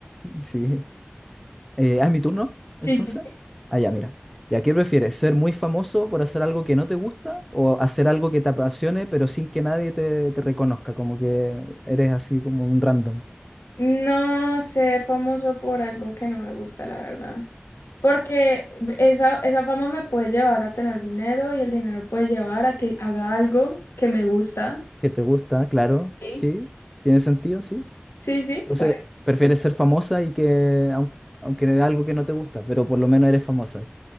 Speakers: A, in the centre; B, on the left.
A: Sí. Eh, ¿ah, ¿es mi turno? Entonces.
B: Sí, sí,
A: Ah, ya, mira. ¿Ya qué prefieres? ¿Ser muy famoso por hacer algo que no te gusta o hacer algo que te apasione pero sin que nadie te, te reconozca? Como que eres así como un random.
B: No ser famoso por algo que no me gusta, la verdad. Porque esa, esa fama me puede llevar a tener dinero y el dinero puede llevar a que haga algo que me gusta.
A: Que te gusta, claro,
B: Sí,
A: sí. Tiene sentido, sí.
B: sí, sí.
A: Entonces,
B: Bueno,
A: prefieres ser famosa y que, aun- aunque era algo que no te gusta, pero por lo menos eres famosa.